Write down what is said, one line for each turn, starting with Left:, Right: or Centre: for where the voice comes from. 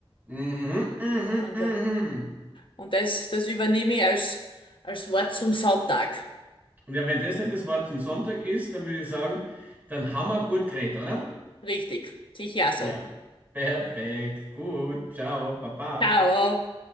Right: Mhm, mhm,
Left: Und,
Right: mhm.
Left: und das, das übernehme ich als, als Wort zum Sonntag.
Right: Ja, wenn das nicht das Wort zum Sonntag ist, dann würde ich sagen, dann haben wir gut geredet, oder?
Left: Richtig, sicher so.
Right: Ja, perfekt, gut, ciao, baba.
Left: Ciao.